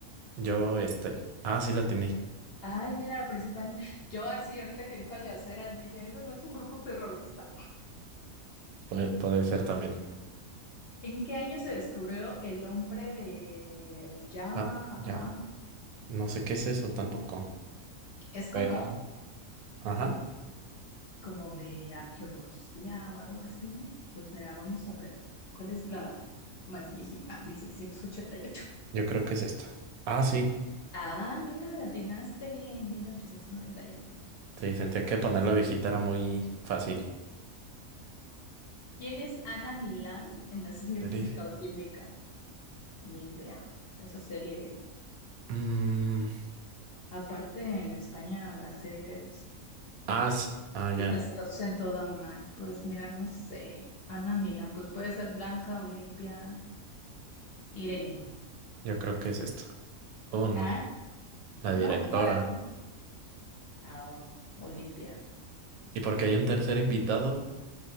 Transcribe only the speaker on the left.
Ay, mira, la principal. Yo así, ahorita que dijo Al Jazeera, yo dije, eso no es un grupo terrorista.
¿En qué año se descubrió el hombre de Java,
Java?
Es como
como de arqueología o algo así. Pues mira, vamos a ver cuál es la más viejita, mil setecientos ochenta y ocho
Ah, mira, la atinaste mil ochocientos noventa y uno
¿Quién es Ana Milán en la serie
Física o Química? Ni idea. Esa serie,
aparte en España, las series
las
traducen toda mal. Pues mira, no sé. Ana Milán, pues puede ser Blanca, Olimpia, Irene.
Ah,
no,
no era. Ah, Olimpia.